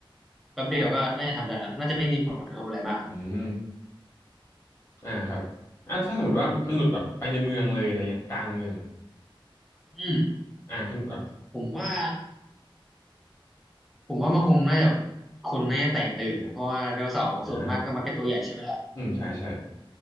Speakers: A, in the centre; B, on the left.
A: แป๊บเดียวก็น่าจะทำได้แล้วน่าจะไม่มีผลกระทบอะไรมากครับ
B: อืมอ่าครับอ่าถ้าสมมติว่ามันหลุดแบบไปในเมืองเลยอะไรเงี้ยกลางเมือง
A: อืม
B: อ่าคุณแบบ
A: ผมว่าผมว่ามันคงน่าจะคนน่าจะแตกตื่นนะเพราะว่าไดโนเสาร์ส่วนมากก็มักจะตัวใหญ่ใช่ไหมล่ะ
B: อ่าอืมใช่ใช่